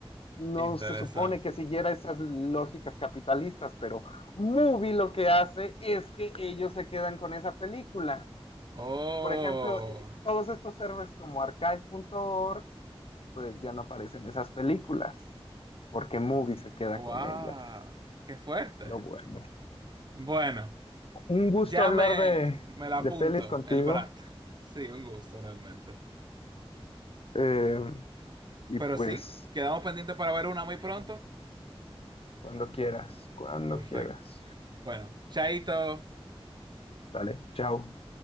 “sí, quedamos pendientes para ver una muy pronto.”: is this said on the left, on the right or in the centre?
Right